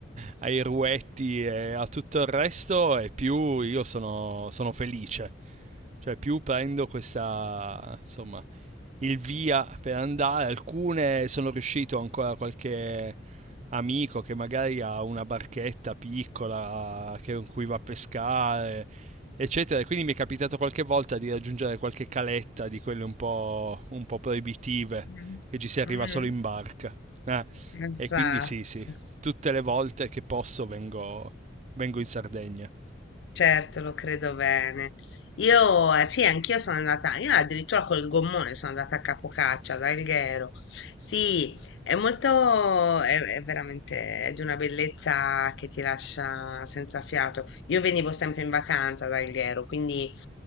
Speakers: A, on the right (about 35°); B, on the left (about 65°).
A: <laughs> ai ruetti e a tutto il resto e più io sono, sono felice. Cioè più prendo questa, insomma, il via per andare. Alcune sono riuscito ancora qualche amico che magari ha una barchetta piccola che- con cui va a pescare, eccetera. E quindi mi è capitato qualche volta di raggiungere qualche caletta di quelle un po', un po' proibitive,
B: Mm.
A: che ci si arriva
B: Mm.
A: solo in barca. Eh,
B: Esatto,
A: e quindi sì, sì, tutte le volte che posso vengo, vengo in Sardegna.
B: certo, lo credo bene. Io, eh, sì, anch'io sono andata, io addirittura col gommone sono andata a Capocaccia, ad Alghero. Sì, è molto, è, è veramente è di una bellezza che ti lascia senza fiato. Io venivo sempre in vacanza ad Alghero, quindi